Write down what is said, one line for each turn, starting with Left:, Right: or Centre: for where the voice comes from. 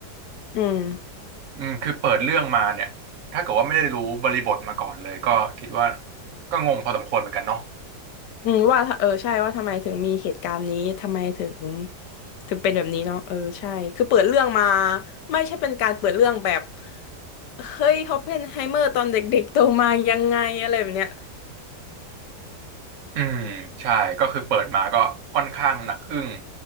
Left: อืม
Right: อืมคือเปิดเรื่องมาเนี่ยถ้าเกิดว่าไม่ได้รู้บริบทมาก่อนเลยก็คิดว่าก็งงพอสมควรเหมือนกันเนาะ
Left: อืมว่าถ้าเออใช่ว่าทำไมถึงมีเหตุการณ์นี้ทำไมถึงถึงเป็นแบบนี้เนาะเออใช่คือเปิดเรื่องมาไม่ใช่เป็นการเปิดเรื่องแบบเฮ้ยฮอปเพนไฮเมอร์ตอนเด็กๆโตมายังไงอะไรแบบเนี้ย
Right: อืมใช่ก็คือเปิดมาก็ค่อนข้างหนักอึ้ง